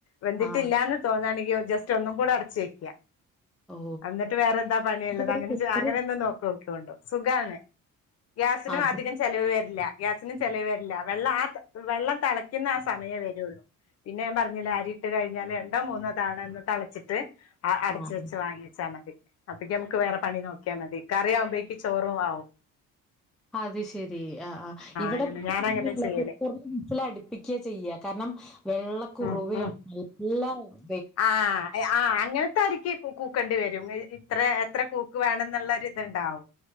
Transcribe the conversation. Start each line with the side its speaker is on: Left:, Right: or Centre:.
Left: വെന്തിട്ടില്ലാന്ന്
Centre: ആഹ്
Left: തോന്നാണെങ്കി ജസ്റ്റ് ഒന്നും കൂടെ അടച്ച് വെക്ക
Centre: ഓ
Left: എന്നിട്ട് വേറെന്താ <unintelligible>
Centre: ഇവിടെ കുക്കർ
Left: അങ്ങെനെന്ന് നോക്കോക്ക്യാേണ്ടു സുഖാണ് ഗ്യാസിന്
Centre: അത്
Left: അതി ചെലവ് വര്ല്ല. ഗ്യാസിനു ചെലവ് വര്ല്ല. വെള്ളം ആ വെള്ളംതെളയ്ക്കുന്ന ആ സമയേ വരൊള്ളൂ പിന്നെ ഞാൻ പറഞ്ഞില്ലെ അരി ഇട്ട് കഴിഞ്ഞാല് അണ്ടോ മൂന്നോ തളതാ <unintelligible> ന്ന് തളച്ചിട്ട് അടച്ച്
Centre: ആഹ്
Left: വെച്ച് വാങ്ങി വച്ചാ മതി. അപ്പ നമുക്ക് വേറെ പണി നോക്ക്യാ മതി. കറി ആവുമ്പെഴേക്ക് ചോറും ആവും
Centre: അത് ശരി ആഹ് ആഹ് ഇവിടെ
Left: അങ്ങനെ ഞാൻ അങ്ങനെ
Centre: <unintelligible> വിസിലടിപ്പിക്ക്യ
Left: ചെയ്യല്
Centre: ചെയ്യ കാര്ണം വെള്ളക്കുറുവയാണ്
Left: ഉം ഉം
Centre: നല്ല <unintelligible>
Left: ആഹ് ആഹ് അങ്ങനത്തെ ആരിക്ക് കൂക്കേണ്ടി വെരും. ഇത്ര എത്ര കൂക്ക് വേണം എന്നുള്ളര് ഇത്ണ്ടാവും